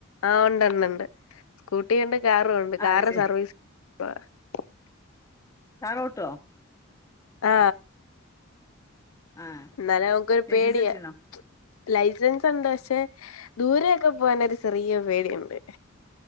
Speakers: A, on the left; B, on the left.
A: ആ ഒണ്ടോണ്ടോണ്ട് സ്കൂട്ടി ഒണ്ട് കാറുവൊണ്ട്
B: ആ
A: കാറ്
B: അത് ശരി
A: സർവീസ് <unintelligible>
B: കാറോട്ടുവോ
A: ആ
B: ആ
A: എന്നാലും നമുക്കൊരു
B: ലൈസൻസ്
A: പേടിയാ
B: കിട്ടീണോ
A: ലൈസൻസ് ഒണ്ട് പക്ഷെ ദൂരെ ഒക്കെ പോവാനൊരു ചെറിയ പേടിയൊണ്ട്